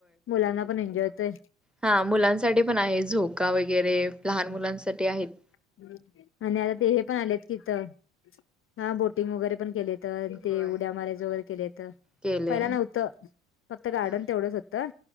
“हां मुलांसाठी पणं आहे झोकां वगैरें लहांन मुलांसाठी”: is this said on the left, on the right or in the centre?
Centre